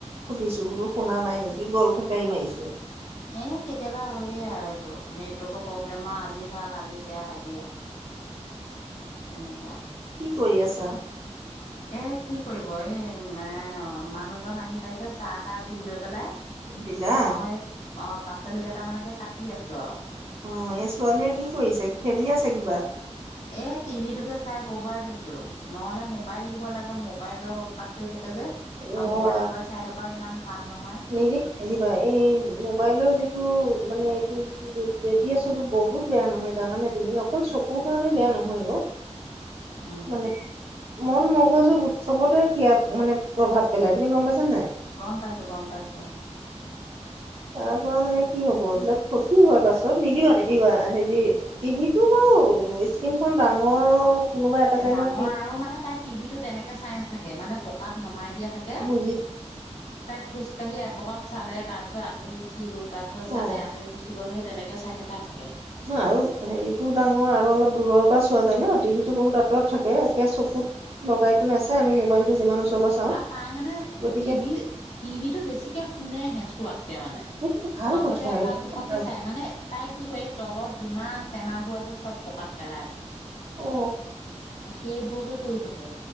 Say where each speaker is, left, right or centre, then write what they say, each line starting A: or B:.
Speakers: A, on the right; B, on the left.
A: সুধিছো বোলো শুনা নাই নেকি গল খেকাৰি মাৰিছোঁ।
B: এই কেতিয়াবা হয়য়ে আৰু এইটো নেটৱৰ্কৰ প্ৰব্লেম আৰু আজি ভাল আজি বেয়া থাকেই। তেনেকুৱা।
A: কি কৰি আছা?
B: এ কি কৰিব এই এ মানুহজন আহি পাইছে চাহ তাহ দি লৈ পেলাই।
A: সুধিলা
B: মই এই অ' পাচলি কেইটামানকে কাটি আছোঁ আৰু।
A: অ' এই ছোৱালীয়ে কি কৰিছে খেলি আছে কিবা?
B: এই টিভিটোকে চাই বহুৱাই থৈছো নহলে মোবাইল দিব লাগে মোবাইলৰ উৎপাত কৰি থাকে যে।
A: অ
B: আৰু মোবাইল চোবাইল চাই থকাও ইমান ভাল নহয়।
A: নিদিবা নিদিবা এই মোবাইলৰ যিটো মানে এইটো ৰেডি আচন টো বহুত বেয়া নহয় জানে তুমি অকল চকুৰ কাৰণে বেয়া নহয় অ'।
B: উম
A: মানে মন মগজু চবতে সিয়া মানে প্ৰভাৱ পেলাই তুমি গম পাইছানে নাই?
B: গম পাইছোঁ গম পাইছোঁ।
A: তাৰ পৰা মানে কি হব এইবিলাক ক্ষতি হয়োৱাৰ পাছত নিদিবা নিদিবা হেৰি টিভি টো বাৰু স্ক্ৰনখন ডাঙৰ কোনোবা এটা টাইমত
B: ডাঙৰ
A: টিভি
B: আৰু মানে তাইক টিভি টো তেনেকে চাই নাথাকে মানে পকাত নমাই দিয়া থাকে
A: বুজি
B: তাই খোজ কাঢ়ি অকমান চালে তাৰ পিছত আতৰি গুচি গুচি গ'ল তাৰ পিছত
A: অ
B: চে আঁতৰি গুচি গ'ল সেই তেনেকে চাই থকা থাকে।
A: হা আৰু হেৰিতো ডাঙৰ আৰু অলপ দূৰৰ পৰা চোৱা যায় ন টিভিটো বহুত আঁতৰত থাকে একে চকুত লগাইতো নচছে আমি মোবাইলটো যিমান ওচৰৰ পৰা চাওঁ
B: আৰু তাই মানে
A: গতিকে
B: টিভি টিভি টো বেছিকে শুনেহে চোৱাতকে মানে।
A: সেইটো ভাল
B: মাজতে
A: কথা
B: এপাক
A: বহুত
B: দুপাকে
A: ভাল
B: চাই মানে তাই কি কৰে এই তলত যিমান টেমাবোৰ আছে চব পকাত পেলায়।
A: অ
B: অ' সেইবোৰকে কৰি থাকে,